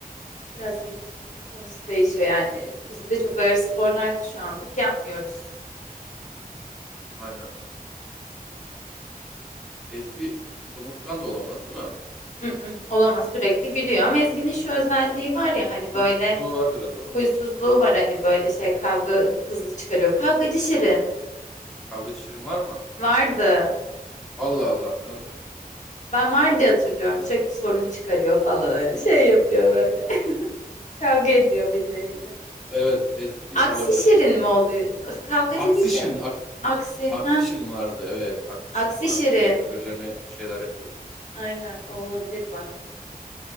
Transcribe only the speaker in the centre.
<laughs> Aynen. Ezgi somurtkan da olamaz değil mi?
Huysuzluğu
var biraz ama.
Kavgacı Şirin var mı?
Allah Allah ben onu hiç bilmiyorum.
Evet Ezgi
olabilir
çünkü
Aksi
Şirin.
aksi.
Aksişirin
vardı evet. Aksişirin
vardı.
Sürekli birilerine bir şeyler yapıyordu.